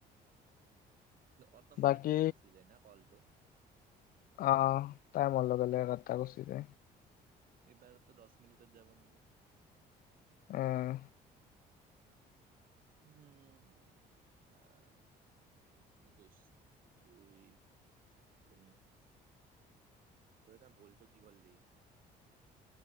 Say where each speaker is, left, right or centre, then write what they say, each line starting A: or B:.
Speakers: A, on the right; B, on the left.
A: অটমেটিক
B: বাকী
A: কটা গুচি যায় না কলটো
B: আহ টাইমৰ লগে লগেটাটা গুচি যায়
A: এইবাৰতো দহ মিনিটত যাব নেকি
B: আহ
A: উম, অ', দু দুই, তিনি, তিনি, তই এটা বলটো কি কৰিলি?